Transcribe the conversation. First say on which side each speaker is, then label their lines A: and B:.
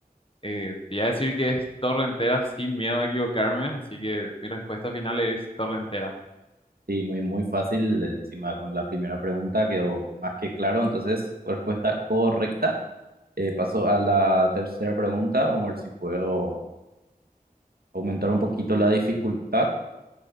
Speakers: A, on the left; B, on the right.
A: Eh, te iba a decir que es torre entera sin miedo a equivocarme, así que mi respuesta final es torre entera.
B: Sí, muy, muy fácil. Encima con la primera pregunta quedó más que claro. Entonces, respuesta correcta. Eh, paso a la tercera pregunta, vamos a ver si puedo aumentar un poquito la dificultad.